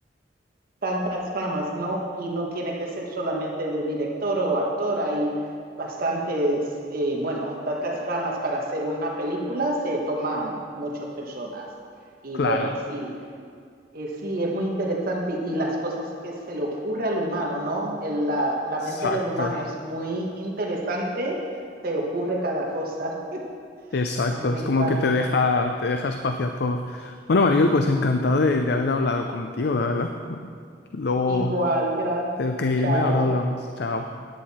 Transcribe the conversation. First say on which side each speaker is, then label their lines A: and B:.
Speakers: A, on the right; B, on the left.
A: tantas ramas, ¿no? Y no tiene que ser solamente de director o actor, hay bastantes, eh, bueno, tantas ramas para hacer una película, se toman muchas personas. Y
B: Claro,
A: bueno, sí, eh, sí, es muy interesante y las cosas que se le ocurre al humano, ¿no? El- la, la
B: exacto.
A: mente del humano es muy interesante, se ocurre cada cosa. <laughs>
B: Exacto,
A: A mí me
B: es
A: encanta.
B: como que te deja, te deja espacio a todo. Bueno, Maribel, pues encantado de, de haber hablado contigo, la verdad. Luego
A: Igual, gracias.
B: tengo que irme,
A: Chao.
B: ahora hablamos. Chao.